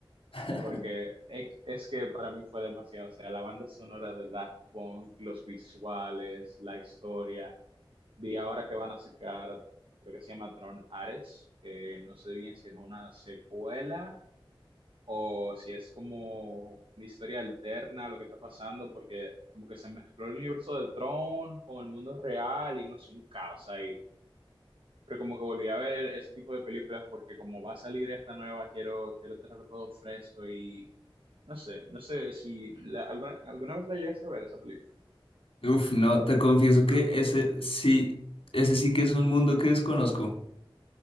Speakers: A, on the left; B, on the right.
A: <laughs>
B: porque es, es que para mí fue demasiado, o sea, la banda sonora de Daft Punk, los visuales, la historia, vi ahora que van a sacar, creo que se llama Tron Ares, que no sé bien si es una secuela o si es como una historia alterna a lo que está pasando, porque como que se mezcló el universo de Tron con el mundo real y no sé, un caos ahí pero como que volví a ver ese tipo de películas porque como va a salir esta nueva, quiero, quiero tenerlo todo fresco y no sé, no sé si la- alguna, alguna vez la llegaste a ver esa película.
A: Uf, no, te confieso que ese sí, ese sí que es un mundo que desconozco,